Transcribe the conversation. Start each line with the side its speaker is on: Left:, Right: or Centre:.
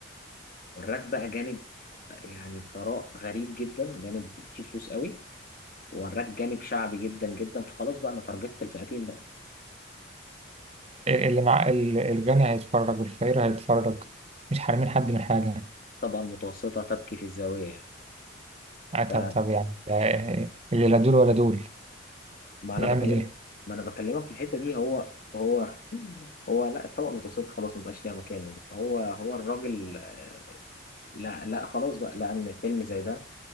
Left: وراك بقى جانب يعني ثراء غريب جدا جانب فيه فلوس قوي وراك جانب شعبي جدا جدا فخلاص بقى انا تارجتت الفئتين بقى
Right: اللي مع ال- الغني هيتفرج والفقير هيتفرج مش حارمين حد من حاجة
Left: الطبقه المتوسطه تبكي في الزاويه يعني
Right: آه، طب
Left: فما
Right: طب يعني آه، آه، اللي لا دول ولا دول
Left: انا
Right: يعمل
Left: بكلمك
Right: إيه؟
Left: ما انا بكلمك في الحته دي هو هو هو لا الطبقه المتوسطه خلاص ما بقاش ليها مكان يعني هو هو الراجل آه، لا لا خلاص بقى لان فيلم زي ده